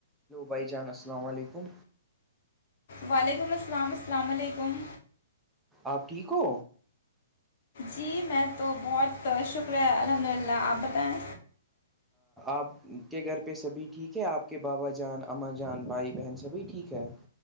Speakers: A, in the centre; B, on the left.
A: ہیلو بھائی جان السلام علیکم
B: وعلیکم السلام السلام علیکم
A: آپ ٹھیک ہو
B: جی میں تو بہت شکریہ الحمد للہ آپ بتائیں
A: آپ کے گھر پہ سبھی ٹھیک ہے آپ کے بابا جان اماں جان بھائی بہن سبھی ٹھیک ہے